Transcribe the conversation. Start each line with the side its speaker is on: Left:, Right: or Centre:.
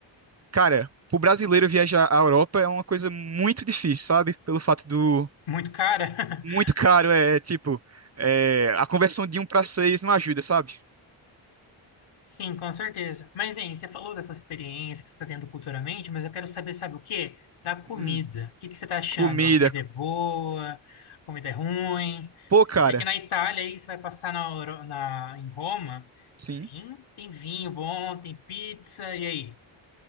Right: Cara, pro brasileiro viajar à Europa é uma coisa muito difícil, sabe? Pelo fato do
Left: Muito cara?
Right: muito
Left: <laughs>
Right: caro, é tipo, é, a conversão de um pra seis não ajuda, sabe?
Left: Sim, com certeza. Mas, hein, você falou dessa experiência que você está tendo culturalmente, mas eu quero saber, sabe o quê? Da comida.
Right: Hum,
Left: O que que você está achando?
Right: comida.
Left: A comida é boa? A comida é ruim?
Right: Pô, cara,
Left: Eu sei que na Itália, aí, você vai passar na, Euro- na- em Roma,
Right: sim.
Left: e tem, tem vinho bom, tem pizza, e aí?